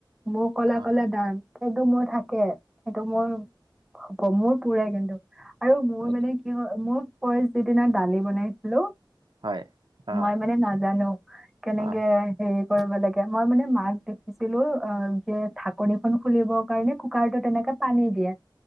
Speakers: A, in the centre; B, on the right.
A: মোক ক'লা
B: অ
A: ক'লা দাগ কিন্তু মোৰ থাকে সেইটো মোৰ হ'ব মোৰ পুৰে কিন্তু আৰু মোৰ
B: হয়
A: মানে
B: নেকি
A: কি হ, মোৰ ফাৰ্ষ্ট যিদিনা দালি বনাইছিলো
B: হয় অ
A: মই মানে নাজানো কেনেকে
B: অ
A: হেৰি কৰিব লাগ গে, মই মানে মাক দেখিছিলো অ' যে ঢাকনিখন খুলিবৰ কাৰণে কুকাৰটোত এনেকে পানী দিয়ে